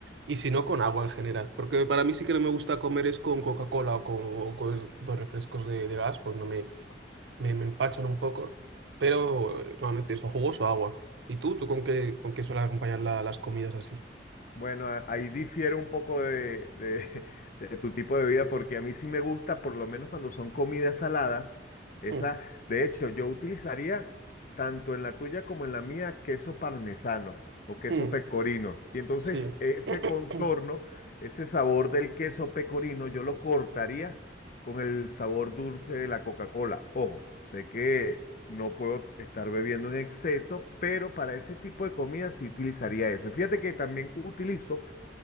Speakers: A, on the right; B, on the left.
A: y si no, con agua en general, porque para mí sí que no me gusta comer es con Coca-Cola o con, o con ese tipo de refrescos de, de gas, pues no me, me, me empachan un poco, pero eh, normalmente eso, jugos o agua. ¿Y tú? ¿Tú con qué, con qué sueles acompañar la- las comidas así?
B: Bueno, a- ahí difiere un poco de, de- <laughs> de tu tipo de vida, porque a mí sí me gusta, por lo menos cuando son comidas saladas, esa,
A: Mm,
B: de hecho, yo utilizaría tanto en la tuya como en la mía queso parmesano o queso
A: mm,
B: pecorino. Y entonces
A: Sí.
B: ese
A: <clears throat>
B: contorno, ese sabor del queso pecorino, yo lo cortaría con el sabor dulce de la Coca-Cola. Ojo, sé que no puedo estar bebiendo en exceso, pero para ese tipo de comida sí utilizaría eso. Y fíjate que también utilizo